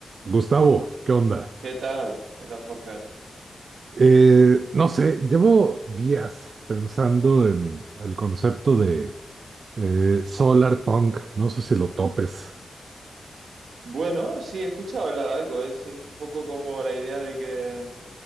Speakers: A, on the right; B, on the right.
A: Gustavo, ¿qué onda?
B: ¿Qué tal? ¿Qué tal, Jorge?
A: Eh, no sé, llevo días pensando en el concepto de eh, solar punk. No sé si lo topes.
B: Bueno, sí, he escuchado hablar algo. Es, es un poco como la idea de que,